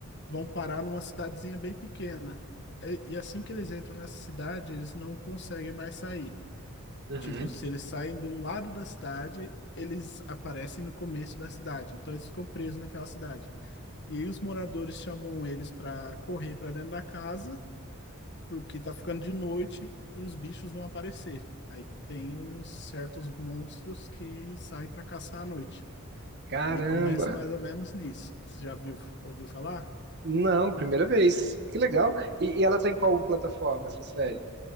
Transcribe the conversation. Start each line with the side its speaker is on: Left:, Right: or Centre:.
Left: vão parar numa cidadezinha bem pequena. E, e assim que eles entram nessa cidade, eles não conseguem mais sair.
Right: uhum.
Left: Tipo, se eles saem de um lado da cidade, eles aparecem no começo da cidade. Então eles ficam presos naquela cidade. E aí os moradores chamam eles para correr para dentro da casa porque tá ficando de noite e os bichos vão aparecer. Aí tem uns certos monstros que saem para caçar à noite.
Right: Caramba!
Left: E começa mais ou menos nisso. Você já viu, ouviu falar?
Right: Não, primeira vez. Que legal. E, e ela tá em qual plataforma essa série?